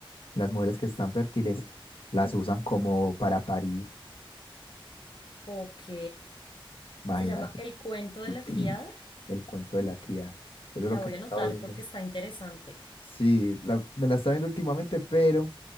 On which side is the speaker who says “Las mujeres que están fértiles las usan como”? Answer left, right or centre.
Left